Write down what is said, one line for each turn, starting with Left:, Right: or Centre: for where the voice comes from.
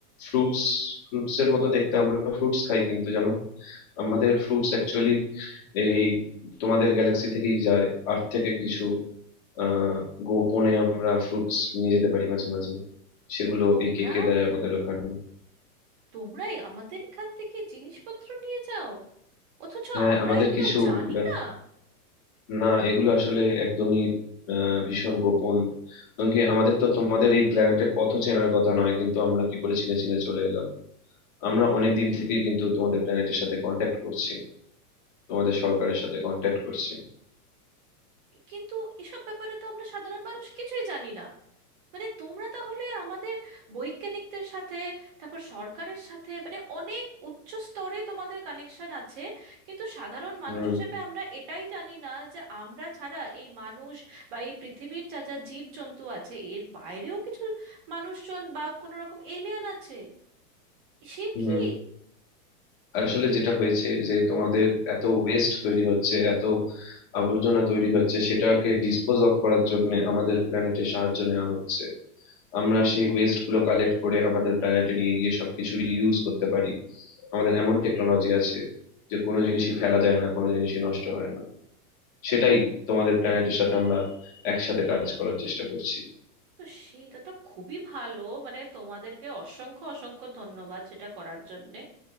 Left: ফ্রুটস ফ্রুটস এর মতো দেখতে আমরা ফ্রুটস খাই কিন্তু জানো আমাদের ফ্রুটস অ্যাকচুয়ালি এই তোমাদের গ্যালাক্সি থেকেই যায় আর্থ থেকে কিছু আহ গোপনে আমরা ফ্রুটস নিয়ে যেতে পারি মাঝে মাঝে সেগুলো
Right: তোমরা
Left: এই কেকে দেয় আমাদের ওখানে
Right: তোমরাই আমাদের এখান থেকে জিনিসপত্র নিয়ে যাও অথচ
Left: হ্যাঁ
Right: আমরা
Left: আমাদের
Right: এগুলো
Left: কিছু
Right: জানি
Left: ব্যা-
Right: না
Left: না এগুলো আসলে একদমই আহ, ভীষণ গোপন কারণ কি আমাদের তো তোমাদের এই প্ল্যানেটের পথও চেনার কথা নয় কিন্তু আমরা কি করে চিনে চিনে চলে এলাম আমরা অনেক দিন থেকেই কিন্তু তোমাদের প্ল্যানেটের সাথে কন্ট্যাক্ট করছি তোমাদের সরকারের সাথে কন্ট্যাক্ট করছি
Right: কিন্তু এসব ব্যাপারে তো আমরা সাধারণ মানুষ কিছুই জানি না মানে তোমরা তাহলে আমাদের বৈজ্ঞানিকদের সাথে তারপর সরকারের সাথে মানে অনেক উচ্চ স্তরে তোমাদের কানেকশন আছে কিন্তু সাধারণ মানুষ
Left: হুম
Right: হিসেবে আমরা এটাই জানি না যে আমরা ছাড়া এই মানুষ বা এই পৃথিবীর যা যা জীবজন্তু আছে এর বাইরেও কিছু মানুষজন বা কোনো রকম এলিয়ান আছে সে
Left: হুম
Right: কি
Left: আসলে যেটা হয়েছে যে তোমাদের এত ওয়েস্ট তৈরি হচ্ছে এত আবর্জনা তৈরি হচ্ছে সেটাকে ডিসপোজ অফ করার জন্য আমাদের প্ল্যানেটে সাহায্য নেওয়া হচ্ছে আমরা সেই ওয়েস্ট গুলো কালেক্ট করে আমাদের প্ল্যানেটে নিয়ে গিয়ে সবকিছু রিইউজ করতে পারি আমাদের এমন টেকনোলজি আছে যে কোনো জিনিসই ফেলা যায় না কোনো জিনিসই নষ্ট হয় না সেটাই তোমাদের প্ল্যানেটের সাথে আমরা একসাথে কাজ করার চেষ্টা করছি
Right: তো সেটা তো খুবই ভালো মানে তোমাদেরকে অসংখ্য অসংখ্য ধন্যবাদ সেটা করার জন্য